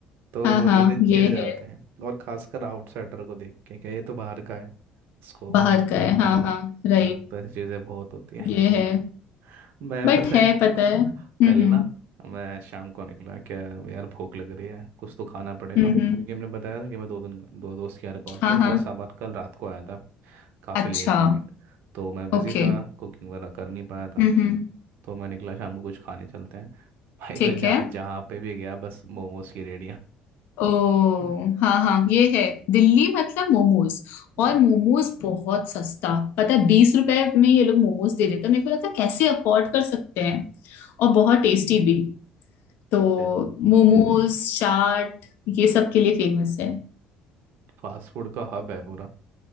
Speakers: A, on the right (about 55°); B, on the left (about 55°).
A: तो वो
B: हाँ
A: बहुत
B: हाँ
A: जल्दी चिढ़
B: ये
A: जाते
B: है
A: हैं और खासकर आउटसाइडर को देख के कि ये तो बाहर का है इसको
B: बाहर का है
A: दबाओ
B: हाँ हाँ राइट
A: तो ऐसी चीज़ें बहुत होती हैं
B: ये है
A: <laughs> मैं
B: बट
A: पता
B: है
A: है
B: पता है हम्म
A: कल
B: हम्म
A: ना मैं शाम को निकला क्या यार भूख लग रही है कुछ तो खाना पड़ेगा
B: हम्म
A: क्योंकि
B: हम्म,
A: हमने बताया था कि मैं दो दिन दो दोस्त के यहाँ रुका हुआ था
B: हाँ
A: तो मेरा
B: हाँ
A: सामान कल रात को आया था काफ़ी
B: अच्छा
A: लेट नाइट तो मैं बिज़ी
B: ओके
A: था कुकिंग वगैरह कर नहीं पाया था
B: हम्म हम्म
A: तो मैं निकला शाम को कुछ खाने चलते हैं <laughs> भाई
B: ठीक
A: मैं जहाँ
B: है
A: जहाँ पे भी गया बस मोमोज की रेडियाँ
B: ओ
A: <laughs>
B: हाँ हाँ ये है दिल्ली मतलब मोमोज
A: हम्म,
B: और मोमोज बहुत सस्ता पता है बीस रुपए में ये लोग मोमोज दे देते हैं मेरे को लगता है कैसे अफोर्ड कर सकते हैं और बहुत टेस्टी भी तो
A: दिल
B: मोमोज चाट ये सब के लिए फेमस है
A: फास्ट फूड का हब है पूरा